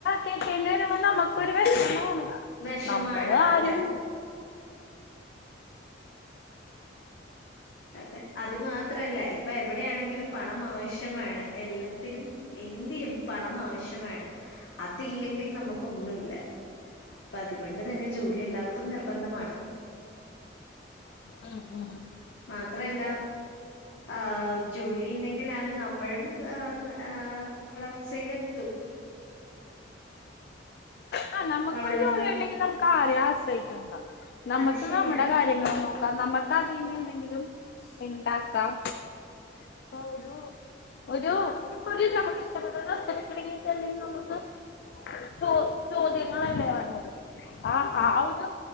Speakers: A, on the left; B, on the left.
A: കേക്കേണ്ടിരുമ്പോ നമുക്കൊരുവെഷമാവും
B: വിഷമാണ്
A: നമ്മള് ആരും
B: അത് അതെ അതെ. അത് മാത്രല്ല ഇപ്പൊ എവിടെയാണെങ്കിലും പണം ആവശ്യമാണ്. എല്ലത്തിനും എന്തിനും പണം ആവശ്യമാണ്. അതില്ലെങ്കിൽ നമുക്കൊന്നുല്ല. അപ്പൊ അതുകൊണ്ട് തന്നെ ജോലി എല്ലാവർക്കും നിർബന്ധമാണ്.
A: മം മം.
B: മാത്രല്ല, ആഹ് ജോലി ഇണ്ടെങ്കിലാണ് നമ്മയും ഏഹ് വളർച്ചയിലെത്തും.
A: ആ നമുക്കൊരു
B: വളരാൻ
A: ജോലി
B: പറ്റും
A: ഉണ്ടെങ്കിൽ നമുക്ക് ആരെയും ആശ്രയിക്കണ്ട. നമുക്ക്
B: അത് ശരിയാണ്
A: നമ്മുടെ കാര്യങ്ങൾ നോ ക്കാം നമ്മക്ക് അതിന്ന് എന്തെങ്കിലും ഇണ്ടാക്കാം. ഇപ്പൊ ഒരു ഒരു ഇപ്പോ നമുക്ക് ഇഷ്ടപ്പെട്ടര് ഡ്രസ്സ്‌ എടുക്കണങ്കിൽ തന്നെ നമുക്ക് ചോ ചോദ്യങ്ങളല്ലേ വര്ണത്. ആ ആ ഒരു